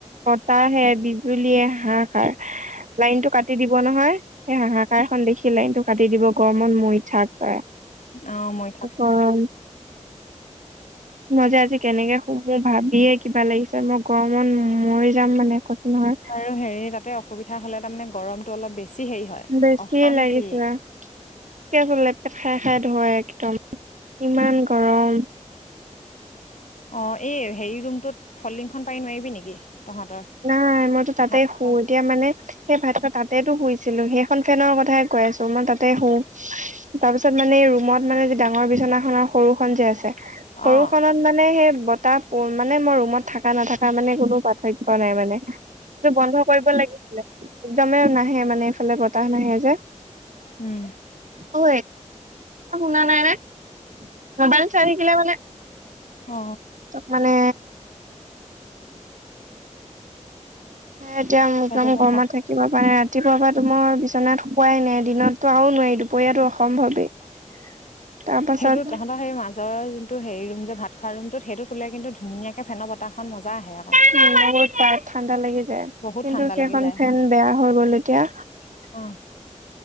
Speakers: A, on the right; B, on the left.
A: বতাহে বিজুলীয়ে হাঁহ সাৰ। লাইন টো কাটি দিব নহয় সেই হাহাকাৰ খন দেখি লাইন টো কাটি দিব গৰমত মৰি থাক তই।
B: অ, মৰি থাক।
A: অ, মই যে আজি কেনেকে সুমো ভাবিয়ে কিবা লাগিছে মই গৰমত মৰি যাম মানে কৈছো নহয়।
B: আৰু হেৰি ততে অসুবিধা হ'লে তাৰ মে গৰমতটো অলপ বেছি হেৰি হয়
A: বেছি
B: অশান্তি
A: লাগিছে। <inaudible> খাই খাই ধয় একদম ইমান গৰম।
B: অ, এই হেৰি ৰুমটোত ফল লিংখন পাৰি নোৱাৰিবি নেকি? কি তহঁতৰ।
A: নাই মইতো তাতে
B: ভাত
A: শু
B: খোৱা,
A: এতিয়া মানে সেই ভাত খ তাতেতো শুইছিলো সেইখন ফেনৰ কথাই কৈ আছো মই তাতে শু। তাৰপিছত মানে ৰুমত মানে যে ডাঙৰ বিচনা খনৰ সৰু খন যে আছে, সৰুখনত
B: অঁ
A: মানে সেই বতাহ মানে মোৰ ৰুমত থকা নাথকা মানে কোনো পাৰ্থক্য় নাই মানে। সেইটো বন্ধ কৰিব লাগিছিলে একদমেই নাহে মানে এইফালে বতাহ নাহে যে,
B: উম,
A: ঐ, শুনা নাই নে? মোবাইল চাই থাকিলে মানে
B: অ,
A: মানে এতিয়া মোৰদাম
B: সেইটো কথা
A: গৰমা থাকে। ৰাতিুৱ পৰা নাই ৰাতিপুৱাৰ পৰা তোমাৰ বিচনাত শুকুৱাই নাই দিনততো আৰু নোৱাৰি দুপৰীয়াো অসম্ভৱেই। <unintelligible> পাছত
B: সেইটো তহঁতৰ সেই মাজৰ ত হেৰি ৰুম যে ভাত খোৱা ৰুমটোত সেইটোত সুললে কিন্তু ধুনীয়াকে ফেনৰ বতাহ খ মজা আহে আকৌ।
A: উম, বহুত ঠাণ্ডা লাগি যায়।
B: বহুত
A: কিন্তু
B: ঠাণ্ডা
A: সেইখন
B: লাগি যায়
A: ফেন বেয়া হৈ গ'ল এতিয়া।
B: অ